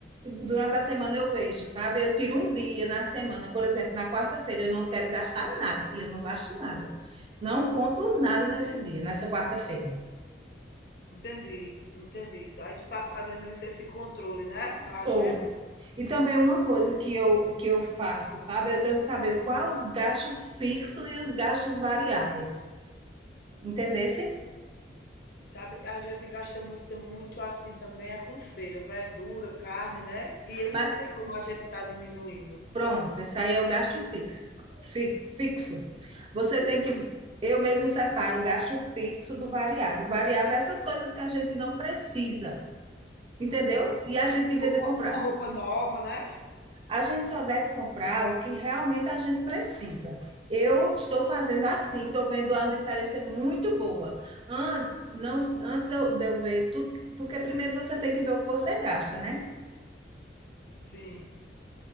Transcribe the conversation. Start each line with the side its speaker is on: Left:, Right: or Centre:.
Right: durante a semana eu vejo, sabe? Eu tiro um dia na semana, por exemplo, na quarta-feira eu não quero gastar nada e eu não gasto nada. Não compro nada nesse dia, nessa quarta-feira.
Left: Entendi, entendi. Então, Aí tu tá fazendo isso, esse controle, né? Na agenda.
Right: Tô. E também uma coisa que eu, que eu faço, sabe? Eu tenho que saber quais os gastos fixos e os gastos variáveis. Entendessem?
Left: Sim. Sabe, a gente gasta muito, muito assim também, é com feira, verdura, carne, né? E esse
Right: Mas
Left: não tem como a gente tá diminuindo,
Right: pronto, esse aí é o gasto fixo. Fi, fixo. Você
Left: fixo.
Right: tem que eu mesmo separo o gasto fixo do variável. O variável é essas coisas que a gente não precisa. entendeu? E a gente inventa
Left: Como uma
Right: comprar.
Left: uma roupa nova, né?
Right: A gente só deve comprar o que realmente a gente precisa. Eu estou fazendo assim, estou vendo uma diferença muito boa. Antes, não, antes eu, de eu ver tudo, porque primeiro você tem que ver o que você gasta, né?
Left: Sim,